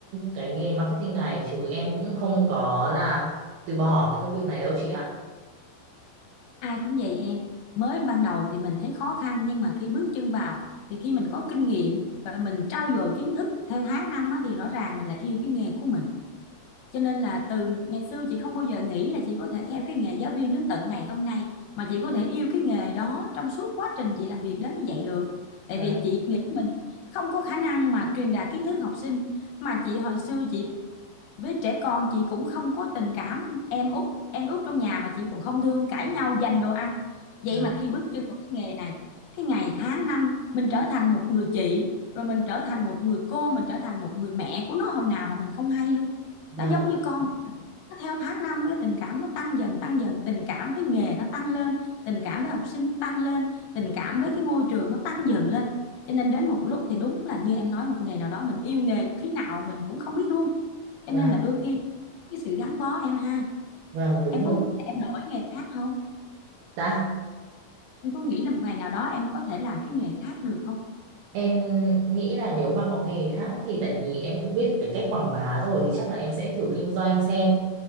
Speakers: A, on the right; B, on the left.
A: cái nghề marketing này chứ em cũng không có là từ bỏ cái công việc này đâu chị ạ
B: ai cũng vậy em mới ban đầu thì mình thấy khó khăn nhưng mà khi bước chân vào thì khi mình có kinh nghiệm và mình trau dồi kiến thức theo tháng năm á, thì rõ ràng mình lại yêu cái nghề của mình cho nên là từ ngày xưa chị không bao giờ nghĩ là chị có thể theo cái nghề giáo viên đến tận ngày hôm nay mà chị có thể yêu cái nghề đó trong suốt quá trình chị làm việc đến như vậy được tại
A: Vâng,
B: vì chị nghĩ mình không có khả năng mà truyền đạt kiến thức học sinh mà chị hồi xưa chị với trẻ con chị cũng không có tình cảm em út em út trong nhà mà chị cũng không thương cãi nhau giành đồ ăn vậy
A: vâng,
B: mà khi bước chân vào cái nghề này cái ngày tháng năm mình trở thành một người chị rồi mình trở thành một người cô mình trở thành một người mẹ của nó hồi nào mà mình không hay luôn
A: vâng
B: nó giống như con của mình nó theo tháng năm cái tình cảm nó tăng dần tăng dần tình cảm với nghề nó tăng lên tình cảm với học sinh nó tăng lên tình cảm với cái ngôi trường nó tăng dần lên cho nên đến một lúc thì đúng là như em nói một ngày nào đó mình yêu nghề khi nào mình cũng không biết luôn cho
A: vâng
B: nên là đôi khi cái sự gắn bó em ha
A: vâng đúng
B: em
A: rồi
B: có nghĩ là em đổi nghề khác không
A: dạ
B: em có nghĩ là một ngày nào đó em có thể làm cái nghề khác được không
A: em nghĩ là nếu mà có nghề khác thì tại vì em cũng biết cái cách quảng bá rồi thì chắc là em sẽ thử kinh doanh xem